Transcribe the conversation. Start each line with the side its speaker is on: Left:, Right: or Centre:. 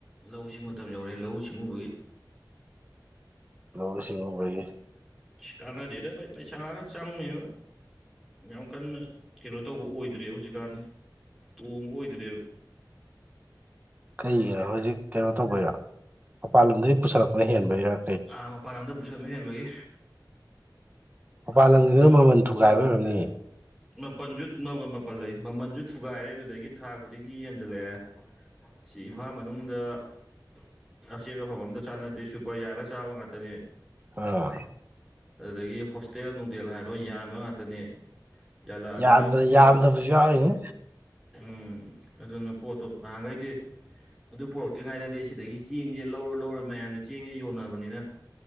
Centre: ꯂꯧ ꯏꯁꯤꯡ ꯃꯇꯝ ꯌꯧꯔꯑꯦ ꯂꯧꯎ ꯁꯤꯡꯎꯕꯒꯤ
Right: ꯂꯧꯎ ꯁꯤꯡꯎꯕꯒꯤ
Centre: ꯀꯥꯅꯗꯦꯗ ꯚꯥꯏ ꯄꯩꯁꯥꯅ ꯆꯪꯉꯤꯕ ꯌꯥꯝ ꯀꯟꯅ ꯀꯩꯅꯣ ꯇꯧꯕ ꯑꯣꯏꯗ꯭ꯔꯦꯕ ꯍꯧꯖꯤꯛꯀꯥꯟꯗꯤ ꯇꯣꯡꯕ ꯑꯣꯏꯗ꯭ꯔꯦꯕ
Right: ꯀꯩꯒꯤꯔꫭ ꯍꯧꯖꯤꯛ ꯀꯩꯅꯣ ꯇꯧꯕꯩꯔꫭ ꯃꯄꯥꯟ ꯂꯝꯗꯩ ꯄꯨꯁꯜꯂꯛꯄꯅ ꯍꯦꯟꯕꯩꯔ
Centre: ꯑ ꯃꯄꯥꯟ ꯂꯝꯗ ꯄꯨꯁꯟꯕ ꯍꯦꯟꯕꯒꯤ
Right: ꯃꯄꯥꯟ ꯂꯝꯒꯤꯗꯨꯅ
Centre: <unintelligible>
Right: ꯃꯃꯜ ꯊꯨꯒꯥꯏꯕ ꯑꯣꯏꯔꯝꯅꯤ
Centre: ꯃꯥꯄꯟꯖꯨ <unintelligible> ꯃꯥꯄꯜ ꯂꯩ ꯃꯃꯜꯖꯨ ꯊꯨꯒꯥꯏꯔꯦ ꯑꯗꯨꯗꯒꯤ ꯊꯥ ꯈꯨꯗꯤꯡꯒꯤ ꯌꯦꯟꯖꯜꯂꯛꯑꯦ ꯁꯤ ꯏꯝꯐꯥꯜ ꯃꯅꯨꯡꯗ <unintelligible> ꯆꯦꯡ ꯑꯐꯕ ꯑꯝꯇ ꯆꯥꯟꯅꯗꯦ ꯁꯨꯄꯔ ꯌꯥꯜꯂꯒ ꯆꯥꯕ ꯉꯥꯛꯇꯅꯤ
Right: ꯑ
Centre: ꯑꯗꯨꯗꯒꯤ ꯍꯣꯁꯇꯦꯜ ꯅꯨꯡꯗꯦꯜ ꯍꯥꯏꯔꯣ ꯌꯥꯟꯕ ꯉꯥꯛꯇꯅꯤ ꯌꯥꯜꯂꯛꯑꯕꯅꯤꯅ
Right: ꯌꯥꯟꯕꯗ
Centre: ꯄꯣꯠꯇꯣ
Right: ꯌꯥꯟꯗꯞꯖꯨ ꯌꯥꯎꯔꯤꯅꯤ
Centre: ꯎꯝ ꯑꯗꯨꯅ ꯄꯣꯠꯇꯣ ꯅꯍꯥꯟꯒꯩꯗꯤ ꯑꯗꯨ ꯄꯨꯔꯛꯇ꯭ꯔꯤꯉꯩꯗꯗꯤ ꯁꯤꯗꯒꯤ ꯆꯦꯡꯖꯦ ꯂꯧꯔ ꯂꯧꯔ ꯃꯌꯥꯝꯖꯦ ꯆꯦꯡꯖꯦ ꯌꯣꯟꯅꯕꯅꯤꯅ